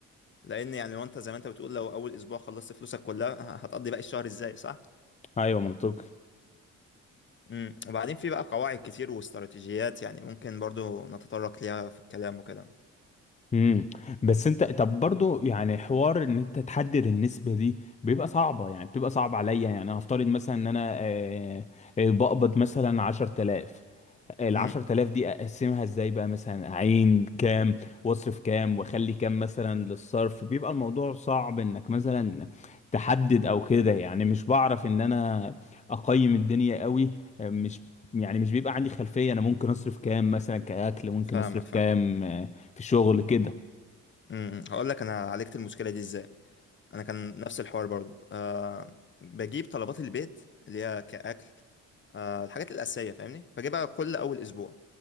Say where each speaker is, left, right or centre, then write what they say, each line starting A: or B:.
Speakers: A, on the left; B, on the left.
A: لان يعني لو انت زي ما انت بتقول لو اول اسبوع خلصت فلوسك كلها <laughs> هتقضي باقي الشهر ازاي صح
B: ايوه منطقي
A: امم وبعدين في بقى قواعد كتير واستراتيجيات يعني ممكن برضو نتطرق ليها في الكلام وكده
B: امم بس انت طب برضو يعني حوار ان انت تحدد النسبة دي بيبقى صعبة يعني بتبقى صعب عليا يعني هفترض مثلا ان انا آه، آه، بقبض مثلا 10000 ال
A: امم
B: 10000 دي اقسمها ازاي بقى مثلا اعين كام واصرف كام واخلي كام مثلا للصرف بيبقى الموضوع صعب انك مثلا تحدد او كده يعني مش بعرف ان انا اقيم الدنيا قوي آه، مش يعني مش بيبقى عندي خلفية انا ممكن اصرف كام مثلا كأكل ممكن
A: فاهمك
B: اصرف كام
A: فاهم
B: آه، في الشغل كده
A: امم هقول لك انا عالجت المشكله دي ازاي انا كان نفس الحوار برضو أه بجيب طلبات البيت اللي هي كاكل أه الحاجات الاساسيه فاهمني بجيبها كل اول اسبوع